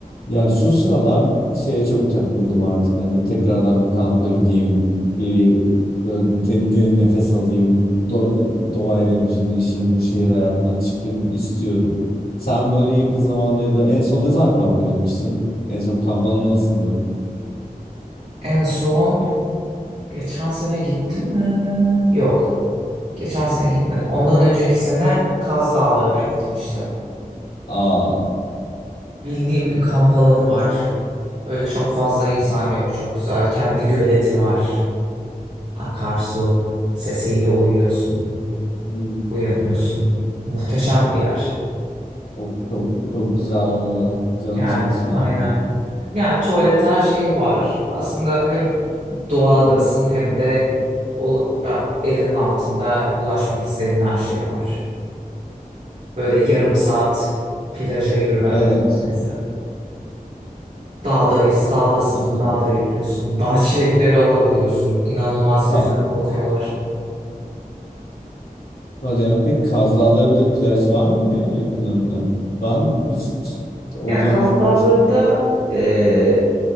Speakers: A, on the left; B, on the right.
A: Ya şu sıralar şeye çok takıldım artık. Hani tekrardan bir kampa gideyim, bir böyle te- derin nefes alayım, do- doğayla bütünleşeyim, bu şehir hayatından çıkayım istiyorum. Sen böyle yakın zamanda ya da en son ne zaman kampa gitmişsin? En son kamp anı nasıldı?
B: En son geçen sene gittim mi? Yok. Geçen sene gitmedim. Ondan önceki sene Kaz Dağları'na gitmiştim.
A: Aa.
B: Bildiğim
A: <laughs>
B: bir kamp alanı var. Böyle çok fazla insan yok. Çok güzel. Kendi göleti var. Akarsu. Sesiyle uyuyorsun.
A: Hmm.
B: Uyanıyorsun. Muhteşem bir yer.
A: Of, çok çok güzel olmalı. Canım
B: Yani
A: çekti şu
B: aynen.
A: anda.
B: Yani tuvalet her şey var. Aslında hem doğadasın
A: <laughs>
B: hem de ula- ya, elinin altında ulaşmak istediğin her şey var. Böyle yarım saat plaja yürüme
A: Evet.
B: mesafesi. Dağdayız, dağdasın,
A: <laughs>
B: dağda yürüyorsun. Dağ çilekleri alabiliyorsun. İnanılmaz
A: Ka-
B: güzel kokuyorlar.
A: Hadi ya. Peki Kaz Dağları'nda plaj var mıydı ya yakınlarında? Ben hiç olacağını
B: Ya Kaz
A: düşünmemiştim.
B: Dağları'nda e,